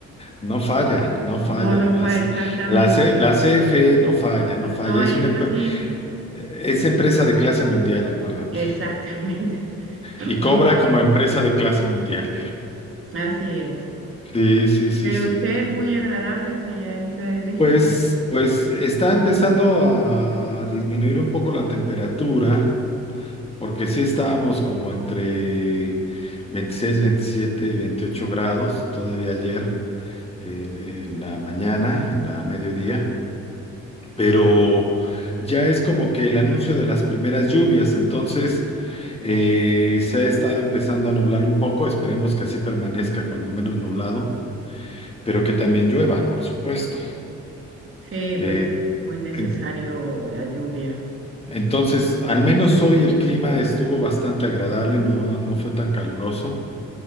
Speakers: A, on the left; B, on the right.
A: No falla, no falla.
B: No, no
A: Las-
B: fue exactamente.
A: La, C- la, C- la CFE no falla, no falla.
B: No es
A: Es una empe-
B: así.
A: es empresa de clase mundial, acuérdate.
B: Exactamente. <laughs>
A: Y cobra como empresa de clase mundial.
B: Así es.
A: Sí, sí, sí,
B: Pero
A: sí.
B: ustedes muy agradables allá en Ciudad de México.
A: Pues, pues está empezando a disminuir un poco la temperatura, porque sí estábamos como entre 26, 27, 28 grados todavía ayer en, en la mañana, en la mediodía. pero ya es como que el anuncio de las primeras lluvias, entonces eh, se ha estado empezando a nublar un poco, esperemos que así permanezca cuando menos nublado, pero que también llueva, por supuesto.
B: Sí,
A: Eh,
B: pues muy necesario
A: en-
B: la lluvia.
A: entonces, al menos hoy el clima estuvo bastante agradable, no, no fue tan caluroso